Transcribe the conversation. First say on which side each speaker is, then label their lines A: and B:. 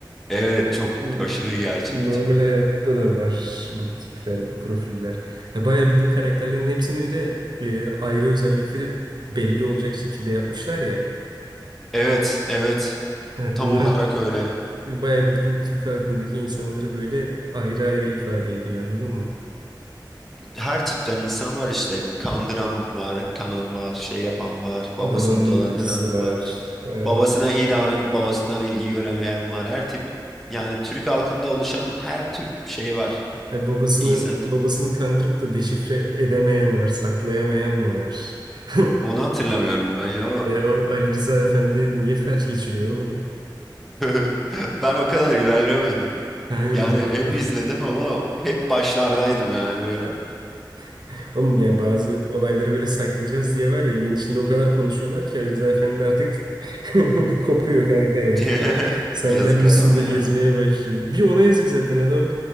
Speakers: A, in the centre; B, on the right (about 60°).
A: Evet çok
B: <laughs>
A: aşırı gerçekçi.
B: Normal hayatta da var bu tipler, bu profiller. Ha, bayağı bildiğin karakterlerin hepsini bir de e, ayrı özellikleri belli olacak şekilde yapmışlar ya.
A: Evet evet
B: Ha,
A: tam
B: bunlar
A: olarak öyle.
B: Bayağı bildiğin Türk halkındaki insanları böyle ayrı ayrı ifade ediyor anladın mı?
A: Her tipten insan var işte kandıran var, kanan var, şey yapan var, babasını
B: Dolandırıcısı
A: dolandıran
B: var.
A: var.
B: Ee,
A: Babasına iyi davranıp babasından ilgi göremeyen var. Her tip yani Türk halkında oluşan her tip şey var.
B: e, babasını
A: İnsan tipi.
B: babasını kandırıp da deşifre edemeyen var, saklayamayan var. <laughs>
A: Onu hatırlamıyorum ben ya.
B: E o Ali Rıza Efendi niye felç geçiriyor oğlum?
A: <laughs> Ben o kadar ilerlemedim.
B: Kanka
A: Yani
B: bazı...
A: hep izledim ama hep başlardaydım yani böyle.
B: <laughs> oğlum ya bazı olayları böyle saklayacağız diye var ya evin içinde o kadar konuşuyorlar ki Ali Rıza Efendi artık <laughs> kopuyor kanka hayattan.
A: <laughs>
B: Sandalye
A: Yazık adama
B: üstünde
A: ya.
B: gezmeye başlıyor. Bir ona yazık zaten adam